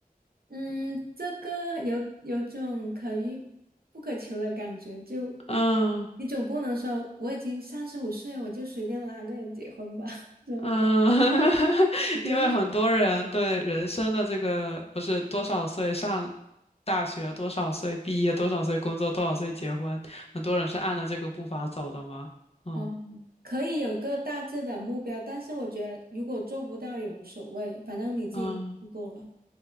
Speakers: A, on the right (about 75°); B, on the left (about 40°).
A: 嗯，这个有有种可遇不可求的感觉，就
B: 嗯
A: 你总不能说我已经三十五岁，我就随便拉个人结婚吧？<laughs> 就
B: 嗯，<laughs>
A: 能，
B: 因为很多人对人生的这个不是多少岁上大学，多少岁毕业，多少岁工作，多少岁结婚，很多人是按着这个步伐走的吗？嗯
A: 嗯，可以有个大致的目标，但是我觉得如果做不到也无所谓，反正你自己努力过了。
B: 嗯。